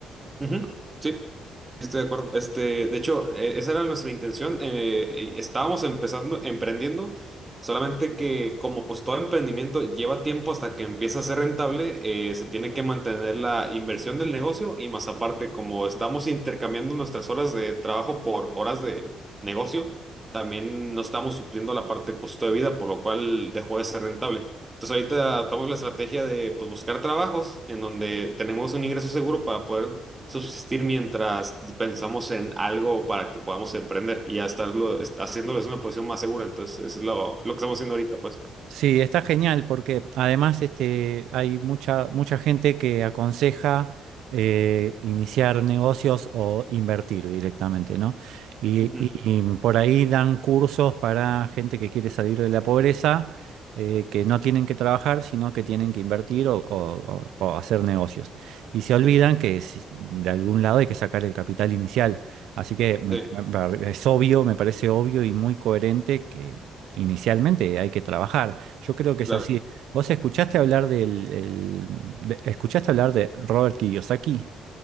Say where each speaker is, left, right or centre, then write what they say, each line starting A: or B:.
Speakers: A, on the right; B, on the right.
A: Ujú, Sí. Estoy de acuerdo. Este, de hecho, e- esa era nuestra intención. Eh, e, estábamos empezando, emprendiendo, solamente que como pues todo emprendimiento lleva tiempo hasta que empieza a ser rentable, eh, se tiene que mantener la inversión del negocio y más aparte, como estamos intercambiando nuestras horas de trabajo por horas de negocio, también no estamos supliendo la parte de costo de vida, por lo cual dejó de ser rentable. Entonces ahorita adaptamos la estrategia de pues buscar trabajos en donde tenemos un ingreso seguro para poder subsistir mientras pensamos en algo para que podamos emprender y ya estarlo, est- haciéndolo es una posición más segura. Entonces, eso es lo, lo que estamos haciendo ahorita, pues.
B: Sí, está genial porque además este, hay mucha, mucha gente que aconseja eh, iniciar negocios o invertir directamente, ¿no? Y,
A: Ujú.
B: y- y por ahí dan cursos para gente que quiere salir de la pobreza, eh, que no tienen que trabajar, sino que tienen que invertir o, o- o- o hacer negocios. Y se olvidan
A: Sí,
B: que si- de algún lado hay que sacar el capital inicial. Así que me-
A: sí,
B: me- pare- es obvio, me parece obvio y muy coherente que inicialmente hay que trabajar. Yo creo que es
A: claro.
B: así. ¿Vos escuchaste hablar del, el- de- escuchaste hablar de Robert Kiyosaki?